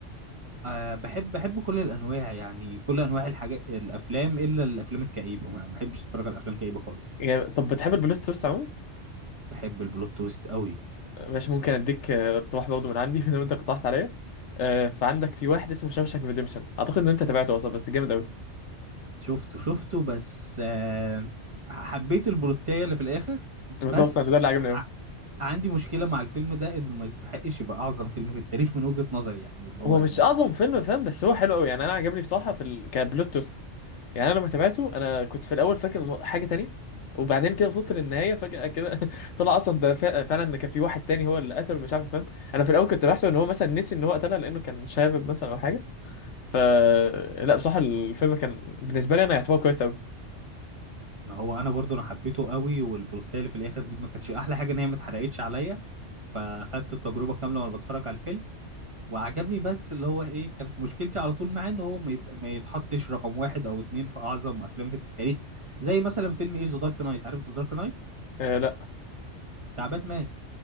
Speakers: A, on the right; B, on the left.
A: آه بحب بحب كل الانواع يعني كل انواع الحاجات الافلام الا الافلام الكئيبه ما بحبش اتفرج على افلام كئيبه خالص
B: يعني طب بتحب البلوت تويست عموما؟
A: بحب البلوت تويست قوي
B: ماشي ممكن اديك آه، اقتراح برضه من عندي <laughs> ما دام انت اقترحت عليا آه، فعندك في واحد اسمه شاوشانك ريديمشن اعتقد ان انت تابعته اصلا بس جامد قوي
A: شفته شفته بس آه حبيت البلوتايه اللي في الاخر
B: بالظبط
A: بس
B: انا ده اللي عجبني قوي
A: عندي مشكلة مع الفيلم ده انه ما يستحقش يبقى اعظم فيلم في التاريخ من وجهة نظري يعني اللي هو
B: هو مش
A: ما
B: اعظم
A: ما-
B: فيلم فاهم بس هو حلو قوي يعني انا عجبني بصراحه في ال... كبلوت تويست يعني انا لما تابعته انا كنت في الاول فاكر م- حاجه تانية وبعدين كده وصلت للنهايه فجاه كده <laughs> طلع اصلا ده فع- فعلا ان كان في واحد تاني هو اللي قتله مش عارف فاهم انا في الاول كنت بحسب ان هو مثلا نسي ان هو قتلها لانه كان شاب مثلا او حاجه ف لا بصراحه الفيلم كان بالنسبه لي انا يعتبر كويس قوي
A: ما هو انا برضو انا حبيته قوي والبلوتيه اللي في الاخر دي ما كانتش احلى حاجة ان هي ما اتحرقتش عليا فاخدت التجربة كاملة وانا بتفرج على الفيلم وعجبني بس اللي هو ايه كانت مشكلتي على طول معاه ان هو ما يبقى ما يتحطش رقم واحد او اتنين في اعظم افلام في التاريخ زي مثلا فيلم ايه ذا دارك نايت عارف ذا دارك نايت
B: آه لا
A: بتاع باتمان